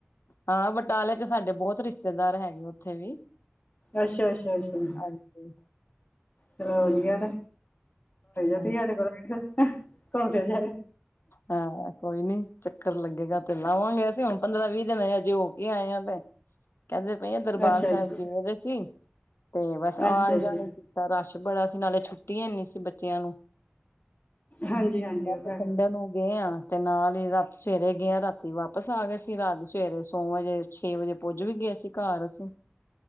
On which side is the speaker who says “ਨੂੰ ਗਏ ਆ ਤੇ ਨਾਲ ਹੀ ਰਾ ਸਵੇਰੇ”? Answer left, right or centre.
Left